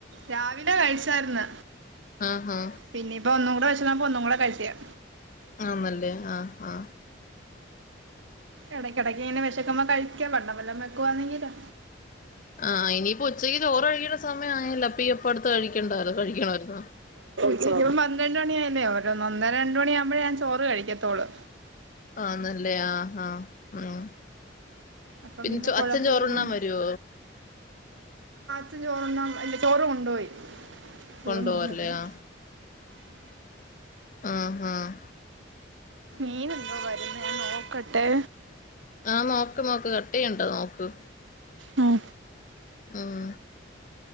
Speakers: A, on the right (about 80°); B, on the left (about 40°).
A: രാവിലെ കഴിച്ചാര്ന്ന്
B: ആഹാ
A: പിന്നെ ഇപ്പം ഒന്നും കൂടെ വെശ ന്നപ്പോ ഒന്നും കൂടെ കഴിച്ചയാ
B: ആന്നല്ലേ ആഹ് ആ
A: എടക്കെടക്ക് ഇങ്ങനെ വെശക്കുമ്പോ കഴിക്കാം വണ്ണം വല്ലോം വെക്കുവാന്നെങ്കിലോ
B: ആഹ് ഇനിയിപ്പോ ഉച്ചയ്ക്ക് ചോറ്കഴിക്കേണ്ട സമയം ആയല്ലോ അപ്പ ഈ അപ്പട് കഴിക്കണ്ടാലൊ കഴിക്കണാരുന്നോ
A: ഉച്ചയ്ക്കും പന്ത്രണ്ട് മണിയായേനെ ഓരോന്ന് ഒന്നര രണ്ട് മണിയാവുമ്പഴേ ഞാൻ ചോറ് കഴിക്കത്തൊള്ളൂ
B: ആ നല്ലെയാ ആഹ് ഉം
A: അപ്പം
B: പിന്
A: പിന്നെ
B: ചൊ
A: കുഴപ്പമില്ല
B: അച്ഛൻ ചോറുണ്ണാൻ വരോ
A: ച്ഛന് ചോറുണ്ണാന് വരില്ല ചോറ് കൊണ്ടോയി അയ്യോ
B: കൊണ്ടോവല്ലെ
A: മീൻ വരുന്നു
B: ആ ആഹ് ആഹ്
A: മീൻ എന്തോ വരുന്ന് ഞാൻ നോക്കട്ടെ.
B: ആഹ് നോക്ക് നോക്ക് കട്ട് ചെയ്യണ്ടാ നോക്ക്.
A: ഉം
B: ഉം